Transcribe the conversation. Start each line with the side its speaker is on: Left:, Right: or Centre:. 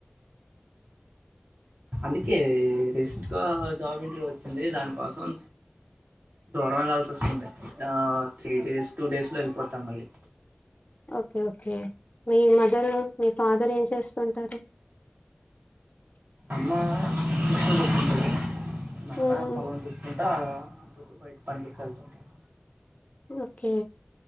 Right: అందుక్ కే రీసెంట్గా జాబ్ ఇంటర్వ్యూ వచ్ వచ్చింది దానికోసం దూరం వెళ్లాల్సి వస్తుంది ఆ త్రీ డేస్ టూ డేస్ లో వెళ్ళిపోతాం మళ్ళీ
Left: ఓకే ఓకే మీ మదరు మీ ఫాదర్ ఏం చేస్తుంటారు
Right: అమ్మ మెషీన్ కుడ్తుంటాది నాన్న
Left: హ్మ్
Right: పొలం చూసుకుంటా అప్పుడప్పుడు బయట పండికి వెళ్తుంటారు
Left: ఓకే